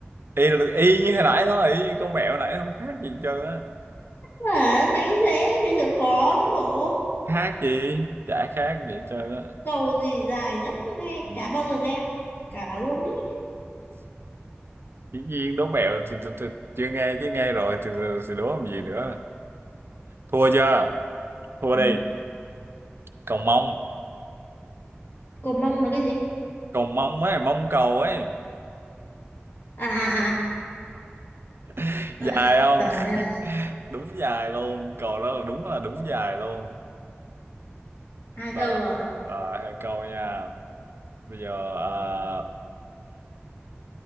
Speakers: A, on the right; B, on the left.
A: y, y như hồi nãy thôi y như con mẹo nãy không khác gì hết trơn á
B: Mà nãy dễ bây giờ khó chứ bộ
A: khác gì chả khác gì hết trơn á
B: Cầu gì dài nhất nghe
A: ừ.
B: chả bao giờ nghe cả luôn ấy
A: dĩ nhiên đố mẹo thì, thì, thì chưa nghe chứ nghe rồi thì, thì, thì đố làm gì nữa thua chưa thua
B: Ừ.
A: đi cầu mông
B: Cầu mông là cái gì
A: cầu mông ấy mông cầu ấy
B: À à à.
A: <laughs> dài
B: Ờ,
A: không
B: Trời ơi,
A: <laughs> đúng dài luôn cầu đó là đúng là đúng dài luôn
B: hai
A: Đó,
B: câu rồi.
A: rồi hai câu nha. Bây giờ à,
B: Ờ,